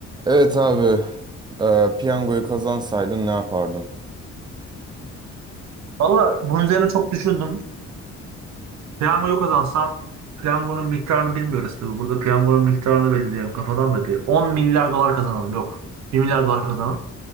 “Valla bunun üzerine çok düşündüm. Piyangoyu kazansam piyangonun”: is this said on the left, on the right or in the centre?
Right